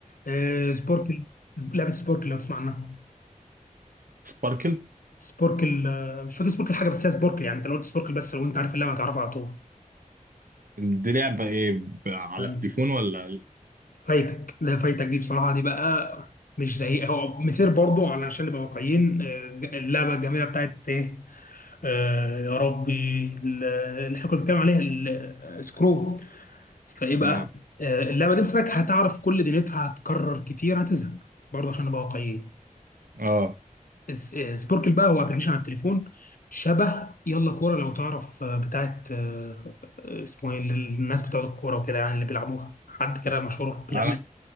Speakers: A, on the left (about 85°); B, on the right (about 80°).
A: آه سبوركل لعبه سبوركل لو تسمع عنها
B: سباركل
A: سبوركل آه، مش فاكر سبوركل حاجه بس هي سبوركل يعني انت لو قلت سبوركل بس لو انت عارف اللعبه هتعرفها على طول
B: دي لعبة ايه ب- على
A: تمام.
B: التليفون ولا
A: فايتك لا فايتك دي بصراحه دي بقى مش زي هو مسير برضه علشان نبقى واقعيين آه، اللعبه الجميله بتاعت ايه آه يا ربي ال- اللي احنا كنا بنتكلم عليها ال- سكرو فايه بقى
B: اه
A: آه اللعبه دي مسكك هتعرف كل دنيتها هتكرر كتير هتزهق برضه عشان نبقى واقعيين
B: اه
A: اس- آه، سبوركل بقى هو ابلكيشن على التليفون شبه يلا كوره لو تعرف آه، بتاعت آه، آه، اسمه ايه اللي الناس بتوع الكوره وكده يعني اللي بيلعبوها حد كده مشهور بيعمل
B: انا